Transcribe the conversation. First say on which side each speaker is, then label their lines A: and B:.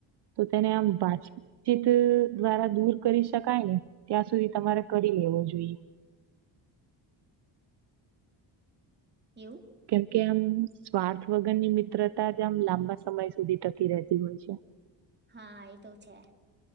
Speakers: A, on the right (about 55°); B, on the right (about 20°).
A: તો તેને આમ વાતચીત દ્વારા દૂર કરી શકાય ને ત્યાં સુધી તમારે કરી <unintelligible> જોઇએ <unintelligible>
B: એવું
A: કેમ કે આમ સ્વાર્થ વગર નિમિત્ મિત્રતા આમ લાંબા સમય સુધી ટકી રહેતી હોય છે
B: હા એતો છે